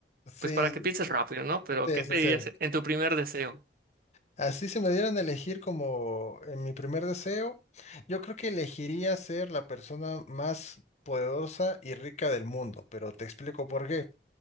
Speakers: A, on the left (about 40°); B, on the right (about 50°).
A: sí,
B: pues para que pienses rápido, ¿no? Pero
A: sí,
B: ¿qué
A: sí,
B: pedirías
A: sí. sí.
B: en tu primer deseo?
A: Así si me dieran a elegir como en mi primer deseo, yo creo que elegiría ser la persona más poderosa y rica del mundo, pero te explico por qué.